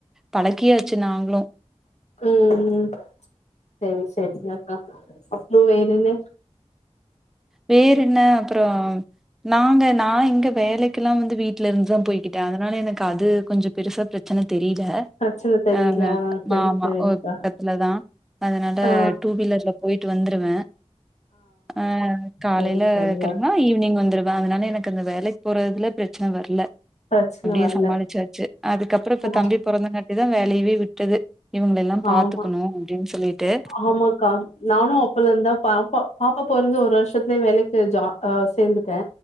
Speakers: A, in the centre; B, on the left.
A: பழக்கியாச்சு நாங்ளு
B: ம் ம் செரி செரிங்கக்கா அப்றோ வேற என்ன
A: வேரென்ன அப்றோ நாங்க நா இங்க வேலைக்கெல்லா வந்து வீட்ல இருந்து போய்கிட்டே அதனால எனக்கு அது கொஞ்சோ பெருசா பிரச் சன தெரில
B: பிரச்சன தெரில
A: அ
B: ஆ செரி
A: ஆமா
B: செரிங்க்கா
A: ஒரு கட்டத்துல தா அதனால
B: ஆ
A: டூ வீலர்ல போய்ட்டு வந்துருவே ஆ காலைல
B: சரி சரியா
A: கெளம்புனா ஈவ்னிங் வந்துரு வே அதனால எனக்கு அந்த வேலைக் போறதுல பிரச்சன வர்ல
B: பிரச்சன
A: அப்டியே
B: வரல
A: சமாளிச்சாச்சு அதுக்கப்புறோ இப்ப
B: ஆ
A: தம்பி பொறந்தங்காட்டி தா வேலையவே விட்டது இவங்கள எல்லா பாத்துக்கணு
B: ஆமா
A: அப்டின் சொல்லிட்டு
B: ஆமாக்கா நானு அப்பல இருந்தா பாப்பா பாப்பா பொறந்து ஒரு வருஷத்துலயே வேலைக்கு ஜா ஆ சேந்துட்டே